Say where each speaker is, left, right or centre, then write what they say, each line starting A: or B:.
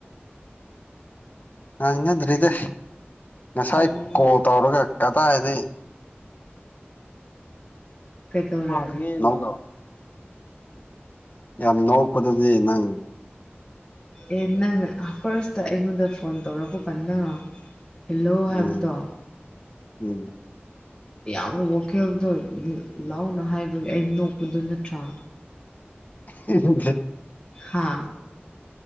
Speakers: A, on the left; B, on the left.
A: ꯉꯥꯡꯅꯗ꯭ꯔꯤꯗ ꯉꯁꯥꯏ
B: ꯑꯣ
A: ꯀꯣꯜ ꯇꯧꯔꯒ ꯀꯗꯥꯏꯗꯩ
B: ꯀꯩꯗꯧꯔꯦ
A: ꯃꯥꯒꯂꯤꯗ ꯌꯥꯝ ꯅꯣꯛꯄꯗꯨꯗꯤ ꯅꯪ
B: ꯑꯦ ꯅꯪꯅ ꯐꯥꯔꯁꯇ ꯑꯩꯉꯣꯟꯗ ꯐꯣꯟ ꯇꯧꯔꯛꯄ ꯀꯟꯗꯔꯣ ꯍꯦꯜꯂꯣ
A: ꯎꯝ
B: ꯍꯥꯏꯕꯗꯣ
A: ꯎꯝ
B: ꯌꯥꯝꯅ ꯋꯥꯈꯗꯣ ꯂ ꯂꯥꯎꯅ ꯍꯥꯏꯕꯒꯤ ꯑꯩ ꯅꯣꯛꯄꯗꯨ ꯅꯠꯇ꯭ꯔꯥ
A: ꯍ ꯍ ꯍ
B: ꯍꯥ